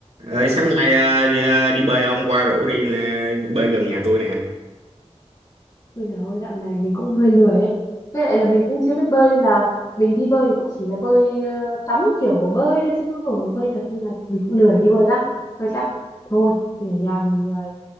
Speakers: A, on the right; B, on the left.
A: Ờ, sáng nay ờ, đi, ờ, đi bơi ông qua rủ đi nè, bơi gần nhà tôi nè.
B: Bây giờ ôi dạo này mình cũng hơi lười ấy. Với lại là mình cũng chưa biết bơi nên là mình đi bơi thì cũng chỉ là bơi ờ, tắm kiểu bơi thôi chứ không phải bơi thật nên là mình cũng lười đi bơi lắm. Thôi chắc thôi mình ở nhà mình ờ,